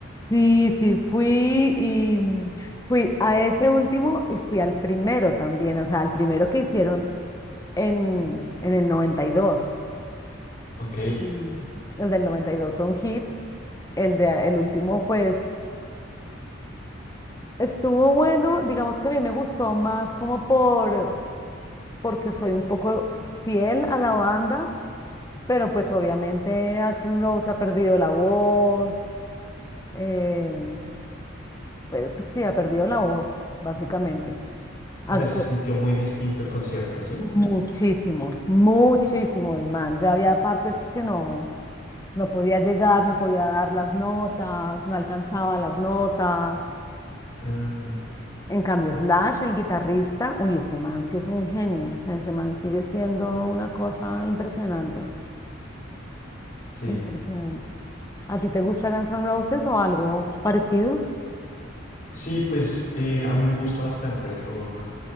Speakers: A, on the left; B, on the left.
A: Sí, sí, fui y mm, fui a ese último y fui al primero también, o sea, al primero que hicieron en, en el noventa Y dos.
B: Ok.
A: Y el del 92 fue un hit, el de el último pues estuvo bueno, digamos que a mí me gustó más como por porque soy un poco fiel a la banda, pero pues obviamente Axl Rose ha perdido la voz, eh, pues, pues sí, ha perdido la voz, básicamente. Ah,
B: O sea, se sintió muy distinto el concierto, ¿sí?
A: Muchísimo, muchísimo, Imán. Ya había partes que no, no podía llegar, no podía dar las notas, no alcanzaba las notas.
B: Ah,
A: En cambio, Slash, el guitarrista, uy, ese man sí es un genio. O sea, ese man sigue siendo una cosa impresionante,
B: sí.
A: impresionante. ¿A ti te gusta Guns N' Roses o algo parecido?
B: Sí, pues eh, a mí me gusta bastante el rock